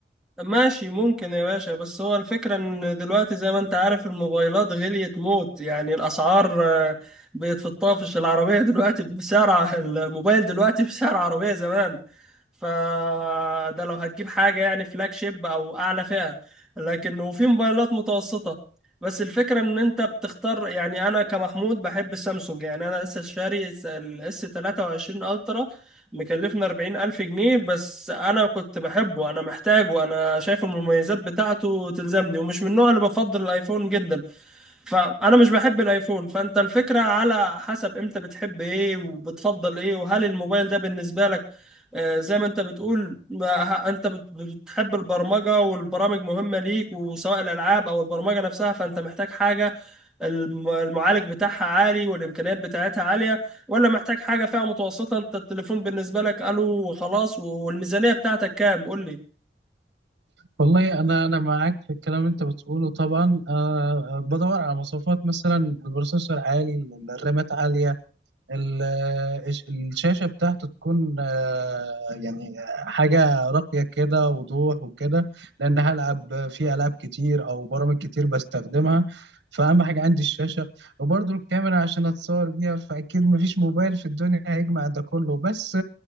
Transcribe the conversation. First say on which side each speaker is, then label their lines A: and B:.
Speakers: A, in the centre; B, on the right.
A: ماشي ممكن يا باشا بس هو الفكرة ان دلوقتي زي ما انت عارف الموبايلات غليت موت يعني الاسعار آه، بقت في الطافش العربية دلوقتي بسعر ع- الموبايل دلوقتي <laughs> بسعر عربية زمان فده لو هتجيب حاجة يعني فلاج شيب أو أعلى فئة لكن وفي موبايلات متوسطة بس الفكرة إن أنت بتختار يعني أنا كمحمود بحب السامسونج يعني أنا لسه شاري الاس 23 ألترا مكلفنا أربعين ألف جنيه بس أنا كنت بحبه أنا محتاجه أنا شايف المميزات بتاعته تلزمني ومش من النوع اللي بفضل الأيفون جدا فانا مش بحب الايفون فانت الفكره على حسب امتى بتحب ايه وبتفضل ايه وهل الموبايل ده بالنسبه لك آه، زي ما انت بتقول ما ه- انت بت- بتحب البرمجه والبرامج مهمه ليك وسواء الالعاب او البرمجه نفسها فانت محتاج حاجه الم- المعالج بتاعها عالي والامكانيات بتاعتها عاليه ولا محتاج حاجه فيها متوسطه انت التليفون بالنسبه لك الو وخلاص والميزانيه بتاعتك كام قول لي
B: والله أنا أنا معاك في الكلام اللي أنت بتقوله طبعا أه آه، بدور على مواصفات مثلا البروسيسور عالي الرامات عالية ال- الش- الشاشة بتاعته تكون آه، يعني حاجة راقية كده وضوح وكده لأن هلعب في ألعاب كتير أو برامج كتير بستخدمها فأهم حاجة عندي الشاشة وبرضو الكاميرا عشان أتصور بيها فأكيد مفيش موبايل في الدنيا هيجمع ده كله بس